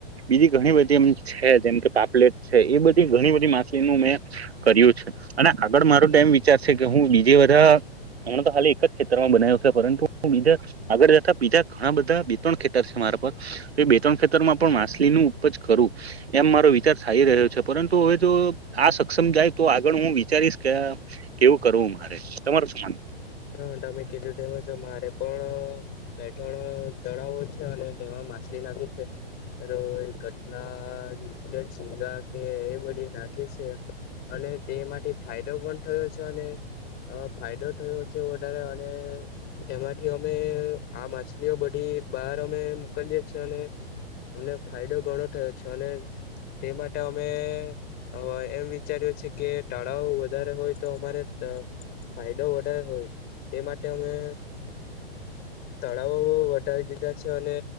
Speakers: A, on the right; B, on the left.
A: બીજી ઘણી બધી એમ છે. જેમ કે પાપલેટ છે. એ બધી ઘણી બધી માછલીનું મેં કર્યું છે. અને આગળ મારો તો એમ વિચાર છે. કે હું બીજે બધા હમણાં તો હા એક જ ખેતર માં બનાવ્યું છે. પરંતુ હું બીજા આગળ જતા બીજા ઘણા બધા બે ત્રણ ખેતર વિચાર છે મારે પણ કે બે ત્રણ ખેતરમાં પણ માછલીનુ ઉપજ કરુ એમ મારો વિચાર થઈ રહ્યો છે. પરંતુ હવે જો આ સક્ષમ જાય તો આગળ હું વિચારીશ કે કેવું કરવું મારે તમારૂં શું માનવું.
B: હા તમે કીધું તેમ મારે પણ બે ત્રણ તળાવો છે. અને તેમાં માછલી નાખી છે. રોહી, કટલા, ઝીંગા કે એ બધી નાખે છે. તે માટેથી ફાયદો પણ થયો છે અને અ ફાયદો થયો છે. વધારે. એમાંથી અમે આ માછલીઓ બધી એ બહાર અમે મોકલીએ છીએ અને અમને ફાયદો ઘણો થયો છે અને તે માટે અમે હ એમ વિચાર્યું છે કે ટાળાઓ વધારે હોય તો અમારે ફાયદો વધારે હોય તે માટે અમે તળાવો વધારી દીધા છે. અને